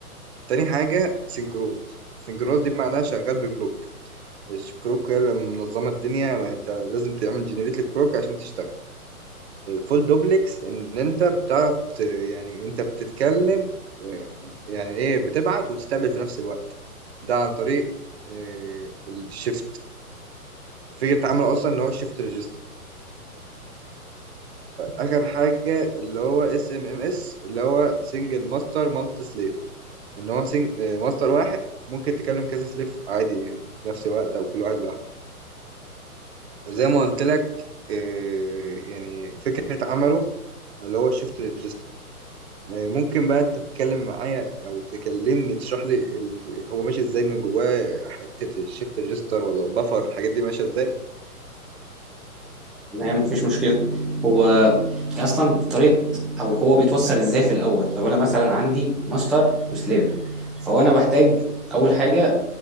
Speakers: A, on the right; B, in the centre.
A: تاني حاجه سينكرونوس سينكرونوس دي معناها شغال بالكلوك الكلوك هي اللي منظمه الدنيا ما انت لازم تعمل جنريت للكلوك عشان تشتغل فول دوبلكس ان انت بتعرف ت... يعني انت بتتكلم و... يعني ايه بتبعت وتستقبل في نفس الوقت ده عن طريق آه، الشيفت فكرة عمله اصلا ان هو شيفت ريجستر اخر حاجة اللي هو اس ام ام اس اللي هو سنجل ماستر مالتي سليف ان هو سنج... ماستر واحد ممكن تكلم كذا سليف عادي يعني في نفس الوقت او كل واحد لوحده زي ما قلت لك آه، يعني فكرة عمله اللي هو شيفت ريجستر آه، ممكن بقى انت تتكلم معايا او تكلمني تشرح لي ال... هو ماشي ازاي من جواه حته الشيفت ريجستر ولا البفر الحاجات دي ماشيه ازاي
B: تمام مفيش مشكله هو اصلا طريقه او هو بيتوصل ازاي في الاول لو انا مثلا عندي ماستر وسليف فهو انا بحتاج اول حاجه